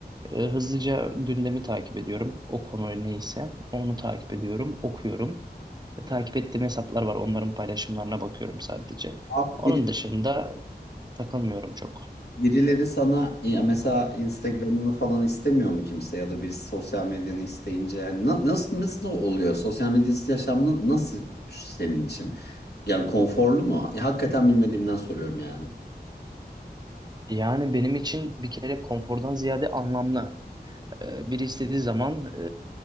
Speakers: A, on the right; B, on the left.
A: E, hızlıca gündemi takip ediyorum. O konu neyse onu takip ediyorum, okuyorum. E, takip ettiğim hesaplar var. Onların paylaşımlarına bakıyorum sadece.
B: Abi
A: Onun dışında takılmıyorum çok.
B: Birileri sana ya mesela Instagram'ını falan istemiyor mu kimse ya da birisi sosyal medyanı isteyince hani na- nasıl nasıl oluyor? Sosyal medyası yaşamın nasıl senin için? Yani konforlu mu? Ya, hakikaten bilmediğimden soruyorum yani.
A: Yani benim için bir kere konfordan ziyade anlamlı. E, biri istediği zaman e,